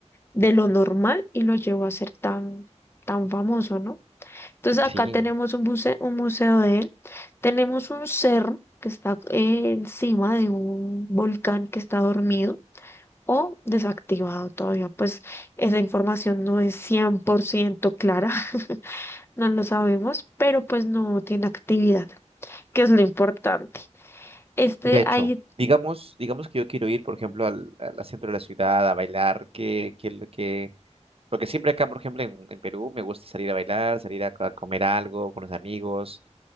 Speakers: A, on the left; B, on the right.
A: de lo normal y lo llevó a ser tan, tan famoso, ¿no? Entonces acá
B: Sí,
A: tenemos un museo, un museo de él, tenemos un cerro que está eh, encima de un volcán que está dormido o desactivado todavía, pues esa información no es 100% clara, <laughs> no lo sabemos, pero pues no tiene actividad, que es lo importante. Este,
B: de hecho,
A: ahí
B: digamos, digamos que yo quiero ir, por ejemplo, al, al centro de la ciudad a bailar, que, que, lo que, porque siempre acá, por ejemplo, en, en Perú me gusta salir a bailar, salir a, co- a comer algo con los amigos.